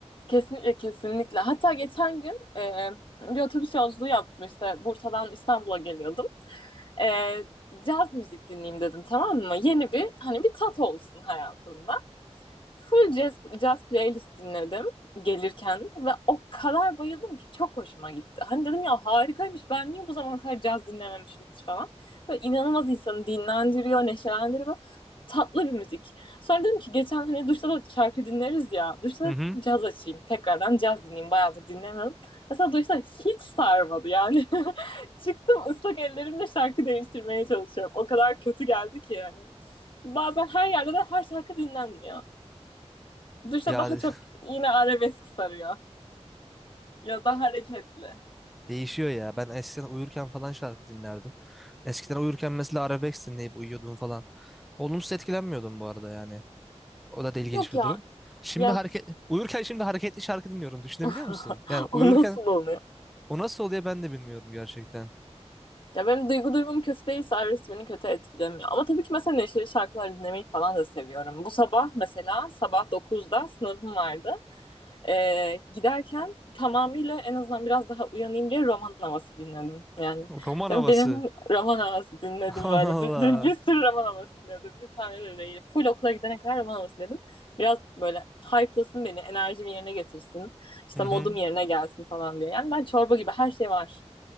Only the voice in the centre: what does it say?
Hı
hı.
Ya
<laughs>
Değişiyor ya. Ben eskiden uyurken falan şarkı dinlerdim. Eskiden uyurken mesela arabesk dinleyip uyuyordum falan. Olumsuz etkilenmiyordum bu arada yani. O da da ilginç
bir
durum. Şimdi
hareket uyurken şimdi hareketli şarkı dinliyorum. Düşünebiliyor
musun? Yani
uyurken
o nasıl oluyor ben de bilmiyorum gerçekten.
Roman
havası.
<laughs> Allah
Allah.
Hı
hı.